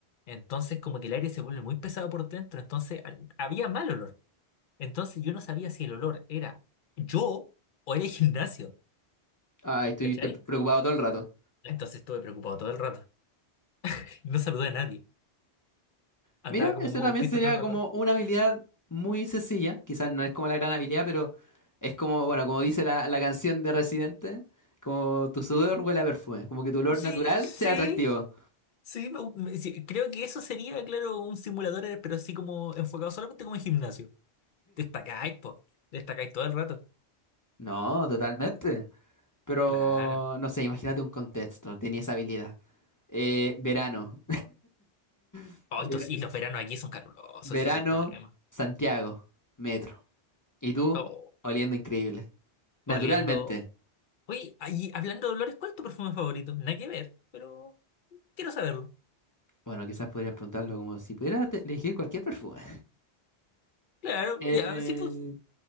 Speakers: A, on the left; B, on the left.
A: Entonces como que el aire se vuelve muy pesado por dentro, entonces al- había mal olor. Entonces yo no sabía si el olor era yo o era el gimnasio,
B: Ay, estuviste
A: ¿cachai?
B: preocupado todo el rato.
A: Entonces estuve preocupado todo el rato. <laughs> No saludé a nadie. Andaba
B: Mira,
A: como
B: eso
A: un
B: también
A: autista
B: sería
A: todo el
B: como
A: rato.
B: una habilidad muy sencilla. Quizás no es como la gran habilidad, pero es como, bueno, como dice la, la canción de Residente, como tu sudor huele a perfume, como que tu olor
A: Sí,
B: natural
A: sí,
B: sea atractivo.
A: sí, me gu- me- sí, Creo que eso sería, claro, un simulador, pero así como enfocado solamente como en gimnasio. Destacáis, po. Destacáis todo el rato.
B: No, totalmente. Pero,
A: Claro.
B: no sé, imagínate un contexto, tenía esa habilidad. Eh, verano. <laughs>
A: Oh, y, tus- y los veranos aquí son calurosos,
B: Verano,
A: ese es el problema.
B: Santiago, metro. Y tú,
A: Oh,
B: oliendo increíble. Naturalmente.
A: oliendo. Oye, ahí, hablando de olores, ¿cuál es tu perfume favorito? Nada que ver, pero quiero saberlo.
B: Bueno, quizás podrías preguntarlo como si pudiera te- elegir cualquier perfume.
A: Claro,
B: Eh,
A: ya, sí, pues.